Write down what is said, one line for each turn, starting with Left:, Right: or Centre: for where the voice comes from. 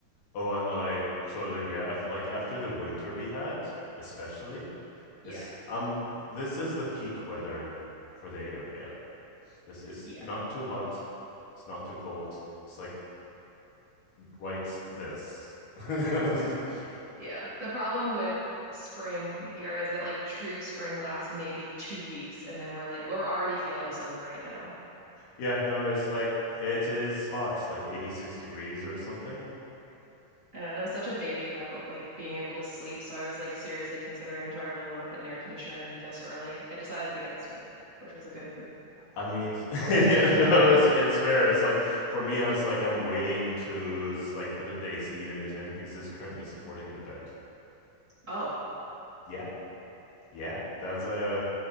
Left: Oh, I know, I totally agree. After, like after the winter we had, especially It's
Right: Yeah.
Left: um this is the peak weather for the area. This is
Right: Yeah.
Left: not too hot, it's not too cold. It's like right this. <laughs>
Right: yeah. Yeah. The problem with spring here is that like true spring lasts maybe two weeks and then we're like we're already feeling summer right now.
Left: Yeah, no, it's like it is hot, like 86 degrees or something.
Right: And I- and I'm such a baby about like being able to sleep, so I was like seriously considering do I really want to put an air conditioner in this early? I decided against it, which was a good move.
Left: I
Right: But
Left: mean, <laughs> yeah. No. it's it's fair. It's like for me, I was like I'm waiting to s- like put the AC unit in because it's currently supporting the bed.
Right: oh,
Left: Yeah. Yeah, that's a